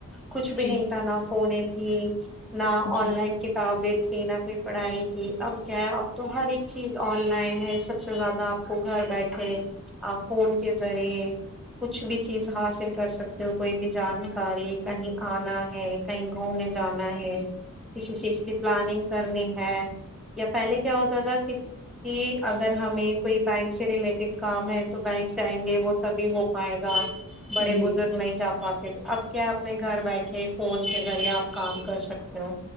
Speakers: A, in the centre; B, on the left.
A: کچھ بھی
B: جی
A: نہیں تھا نہا فوننے تھی نہ آن
B: جی
A: لائن کتابیں تھی نہ کوئی پڑھائی تھی اب کیا ہے اب تو ہر ایک چیز آن لائن ہے سب سے زیادہ آپ کو گھر بیٹھے آ فون کے ذریعے کچھ بھی چیز حاصل کر سکتے ہو کوئی بھی جانکاری کہیں آنا ہے کہیں گھومنے جانا ہے کسی چیز کی پلاننگ کرنی ہے یا پہلے کیا ہوتا تھا کہ کہ اگر ہمیں کوئی بینک سے ریلیٹڈ کام ہے تو بینک جائیں گے وہ تبھی ہو پائے گا بڑے
B: جی
A: بزرگ نہیں جا پاتے اب کیا اپنے گھر بیٹھے فون کے ذریعہ آ کام کر سکتے ہو